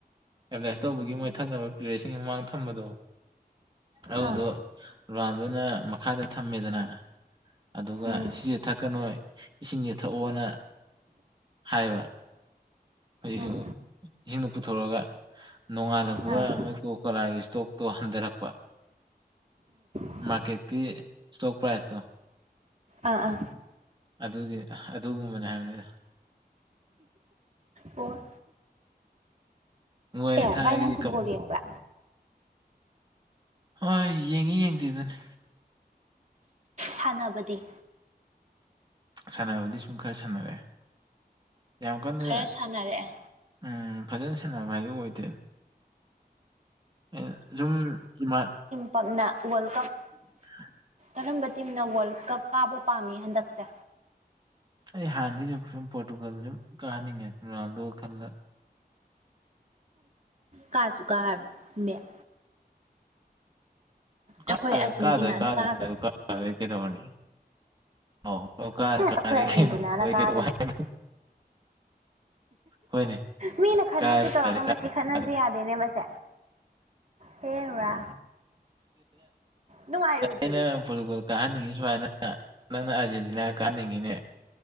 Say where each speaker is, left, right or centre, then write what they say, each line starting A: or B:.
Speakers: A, on the right; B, on the right.
A: ꯑꯦꯗꯚꯔꯗꯥꯏꯁ ꯇꯧꯕꯒꯤ ꯃꯣꯏ ꯊꯛꯅꯕ ꯄ꯭ꯂꯦꯌꯔꯁꯤꯡ ꯃꯃꯥꯡꯗ ꯊꯝꯕꯗꯣ ꯑꯗꯨꯗꯣ
B: ꯑꯥ
A: ꯔꯣꯅꯥꯜꯗꯣꯅ ꯃꯈꯥꯗ ꯊꯝꯃꯦꯗꯅ ꯑꯗꯨꯒ
B: ꯎꯝ
A: ꯁꯤꯁꯦ ꯊꯛꯀꯅꯣꯏ ꯏꯁꯤꯡꯁꯦ ꯊꯛꯑꯣꯅ ꯍꯥꯏꯕ ꯍꯧꯖꯤꯛꯁꯤꯡ
B: ꯎꯝ
A: ꯏꯁꯤꯡꯗꯨ ꯄꯨꯊꯣꯔꯑꯒ ꯅꯣꯡꯉꯥꯜꯂꯛꯄꯒ
B: ꯑꯥ
A: ꯃꯣꯏꯀꯣ ꯀꯂꯥꯒꯤ ꯏꯁꯇꯣꯛꯇꯣ ꯍꯟꯊꯔꯛꯄ
B: ꯎꯝ
A: ꯃꯥꯔꯀꯦꯠꯀꯤ ꯏꯁꯇꯣꯛ ꯄ꯭ꯔꯥꯏꯖꯇꯣ
B: ꯑꯥ ꯑꯥ
A: ꯑꯗꯨꯒꯤ ꯑꯗꯨꯒꯨꯝꯕꯅꯦ ꯍꯥꯏꯕꯅꯤꯗ꯫
B: ꯑꯣ
A: ꯃꯣꯏ
B: ꯑꯦ
A: ꯊꯥꯏꯒꯤ
B: ꯚꯥꯏ ꯅꯪ ꯐꯨꯠꯕꯣꯜ
A: ꯀꯝ
B: ꯌꯦꯡꯕ꯭ꯔꯥ
A: ꯍꯣꯏ ꯌꯦꯡꯉꯤ ꯌꯦꯡꯗꯦꯗꯨꯅꯤ꯫
B: ꯁꯥꯟꯅꯕꯗꯤ꯫
A: ꯁꯥꯟꯅꯕꯗꯤ ꯁꯨꯝ ꯈꯔ ꯁꯥꯟꯅꯔꯛꯑꯦ ꯌꯥꯝ ꯀꯟꯅ
B: ꯈꯔ ꯁꯥꯟꯅꯔꯛꯑꯦ
A: ꯎꯝ ꯐꯖꯅ ꯁꯥꯟꯅꯕ ꯍꯥꯏꯗꯣ ꯑꯣꯏꯗꯦ꯫ ꯑꯩꯅ ꯖꯨꯝ ꯏꯃꯥꯟ
B: ꯄꯛꯅ ꯋꯥꯜ ꯀꯞ
A: <inaudible>
B: ꯀꯔꯝꯕ ꯇꯤꯝꯅ ꯋꯜ ꯀꯞ ꯀꯥꯕ ꯄꯥꯝꯃꯤ ꯍꯟꯗꯛꯁꯦ
A: ꯑꯩ ꯍꯥꯟꯅꯩꯗꯩꯖꯨ ꯁꯨꯝ ꯄꯣꯔꯇꯨꯒꯜ ꯖꯨꯝ ꯀꯥꯍꯟꯅꯤꯡꯉꯦ ꯔꯣꯅꯥꯜꯗꯣ ꯈꯜꯂꯒ
B: ꯀꯥꯖꯨ ꯀꯥꯔꯔꯣꯏ ꯃꯦꯛ
A: ꯀꯥ
B: ꯑꯩꯈꯣꯏ ꯑꯥꯔꯖꯦꯟꯇꯤꯅꯥꯅ
A: ꯀꯥꯗ꯭ꯔ ꯀꯥꯗ꯭ꯔꯦꯗꯅ
B: ꯀꯥꯒꯅꯤ
A: ꯐꯔꯦ ꯀꯩꯗꯧꯔꯨꯅꯤ ꯑꯧ ꯀꯔꯥ
B: ꯑꯩꯈꯣꯏ
A: ꯀꯥꯔꯦ
B: ꯑꯥꯔꯖꯦꯟꯇꯤꯅꯥꯅ
A: ꯀꯩꯅꯣ ꯑꯩ
B: ꯀꯥꯒꯅꯤ
A: ꯀꯩꯗꯧ ꯍꯥꯏꯅꯣ ꯍꯣꯏꯅꯦ
B: ꯃꯤꯅ ꯈꯟꯅꯁꯦ
A: ꯀꯥꯏꯔ
B: ꯇꯧꯔꯒ
A: ꯂꯣꯏꯔꯦ ꯀꯥꯔꯦ
B: ꯁꯤ ꯈꯠꯅꯁꯤ ꯌꯥꯗꯦꯅꯦ ꯃꯁꯦ ꯍꯦꯔꯥ ꯅꯨꯡꯉꯥꯏꯔꯣꯏꯗꯣꯔꯤꯗ
A: ꯩꯅ ꯄꯨꯣ <unintelligible> ꯀꯥꯍꯟꯅꯤꯡꯉꯤ ꯁꯨꯃꯥꯏꯅ ꯅꯪꯅ ꯑꯥꯔꯖꯦꯟꯇꯤꯅꯥ ꯀꯥꯍꯟꯅꯤꯡꯉꯤꯅꯦ